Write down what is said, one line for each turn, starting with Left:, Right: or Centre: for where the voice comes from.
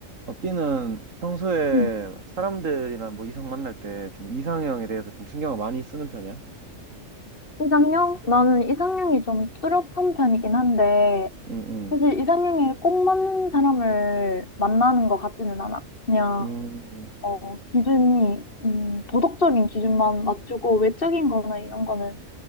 Right: 어, B는 평소에
Left: 음,
Right: 사람들이나 뭐 이성 만날 때 좀 이상형에 대해서 좀 신경을 많이 쓰는 편이야?
Left: 이상형? 나는 이상형이 좀 뚜렷한 편이긴 한데,
Right: 응, 응.
Left: 사실 이상형에 꼭 맞는 사람을 만나는 것 같지는 않아. 그냥,
Right: 음,
Left: 어, 기준이, 음, 도덕적인 기준만 맞추고, 외적인 거나 이런 거는,